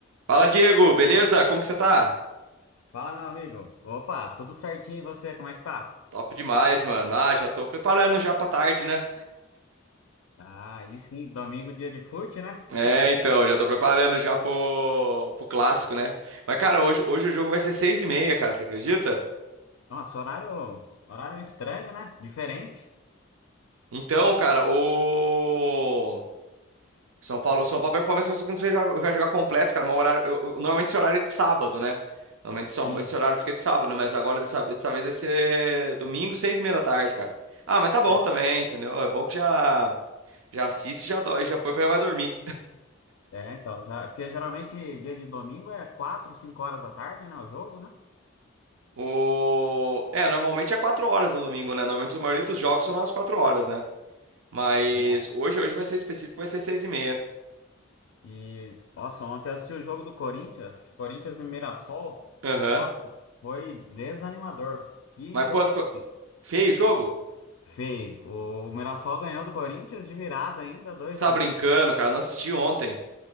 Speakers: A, on the right; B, on the left.
A: Fala, Diego, beleza? Como que você tá?
B: Fala, meu amigo. Opa, tudo certinho e você? Como é que tá?
A: Top demais, mano. Ah, já tô preparando já pra tarde, né?
B: Ah, e sim, domingo, dia de fute, né?
A: É, então, já tô preparando já pro, pro clássico, né? Mas, cara, hoje, hoje o jogo vai ser seis e meia, cara, você acredita?
B: Nossa, horário, horário estranho, né? Diferente.
A: Então, cara, o São Paulo, São Paulo pega o Palmeiras, só que não sei se vai vai jogar completo, cara, mas o horário, eu- eu- normalmente esse horário é de sábado, né? Normalmente são-
B: Sim.
A: esse horário fica de sábado, né? mas agora dessa, vez- dessa vez vai ser domingo, seis e meia da tarde, cara. Ah, mas tá bom
B: É,
A: também, entendeu? É bom que já, já assiste, já dói, já põe, já vai dormir.
B: é, então, já, porque geralmente dia de domingo é 4, 5 horas da tarde, né? O jogo, né?
A: O... É, normalmente é quatro horas no domingo, né? Normalmente a maioria dos jogos são nas quatro horas, né? Mas
B: Nossa.
A: hoje, hoje vai ser específico, vai ser seis e meia.
B: E, nossa, ontem eu assisti o jogo do Corinthians, Corinthians e Mirassol.
A: Aham.
B: Nossa, foi desanimador. Que
A: Mas
B: jogo
A: quanto... co-
B: feio.
A: Feio o jogo?
B: Feio. O Mirassol ganhou do Corinthians de virada ainda, dois
A: Você tá
B: a um.
A: brincando, cara. Eu Não assisti ontem.